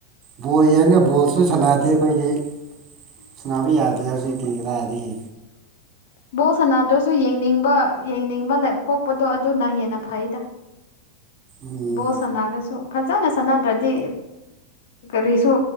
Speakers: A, on the right; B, on the left.
A: ꯕꯣꯜ ꯌꯦꯔꯒ ꯕꯣꯜꯁꯨ ꯁꯥꯟꯅꯗꯦ ꯑꯩꯈꯣꯏꯗꯤ ꯁꯥꯟꯅꯥꯕ ꯌꯥꯗꯦ ꯍꯧꯖꯤꯛꯇꯤ ꯀꯗꯥꯥꯏꯗꯒꯤ
B: ꯕꯣꯜ ꯁꯅꯥꯗ꯭ꯔꯁꯨ ꯌꯦꯡꯅꯤꯡꯕ ꯌꯦꯡꯅꯤꯡꯕ ꯂꯩ ꯄꯣꯛꯄꯗꯣ ꯑꯗꯨꯅ ꯍꯦꯟꯅ ꯐꯩꯗ
A: ꯎꯝ
B: ꯕꯣꯜ ꯁꯥꯟꯅꯔꯁꯨ ꯐꯖꯅ ꯁꯥꯟꯅꯗ꯭ꯔꯗꯤ ꯀꯔꯤꯁꯨ